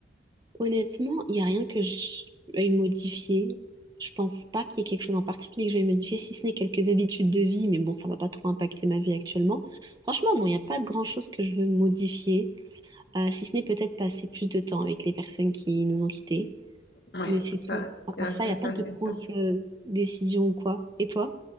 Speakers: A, on the right; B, on the left.
A: Honnêtement, il n'y a rien que je veuille modifier. Je pense pas qu'il y ait quelque chose en particulier que je veuille modifier, si ce n'est quelques habitudes de vie, mais bon, ça va pas trop impacter ma vie actuellement. Franchement, non, il n'y a pas grand-chose que je veux modifier, euh, si ce n'est peut-être passer plus de temps avec les personnes qui nous ont quittés.
B: Oui,
A: Mais c'est tout.
B: ça,
A: À part
B: ça,
A: ça,
B: ça,
A: il n'y a pas
B: ça,
A: de
B: c'est
A: grosses
B: sûr.
A: euh, décisions ou quoi. Et toi?